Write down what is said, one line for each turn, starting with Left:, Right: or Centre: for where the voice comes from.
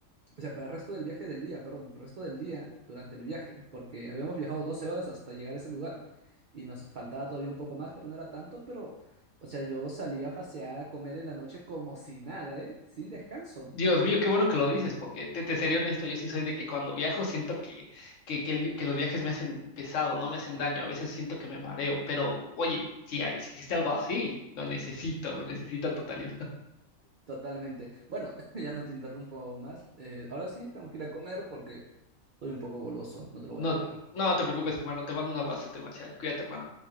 Right: o sea, para el resto del viaje del día, perdón, para el resto del día durante el viaje, porque habíamos viajado 12 horas hasta llegar a ese lugar y nos faltaba todavía un poco más, pero no era tanto, pero, o sea, yo salía a pasear, a comer en la noche como si nada, ¿eh? Sin descanso,
Left: Dios mío, qué bueno que lo dices, porque te, te seré honesto, yo sí soy de que cuando viajo siento que, que, que, el- que los viajes me hacen pesado, no me hacen daño, a veces siento que me mareo, pero oye, si hay, si existe algo así, lo necesito, lo necesito a totalidad.
Right: totalmente. Bueno, <laughs> ya no te interrumpo más. eh, ahora sí, tengo que ir a comer porque estoy un poco goloso, no te lo
Left: No,
Right: voy a negar.
Left: no te preocupes, hermano. Te mando un abrazo, Marcial. Cuídate, hermano.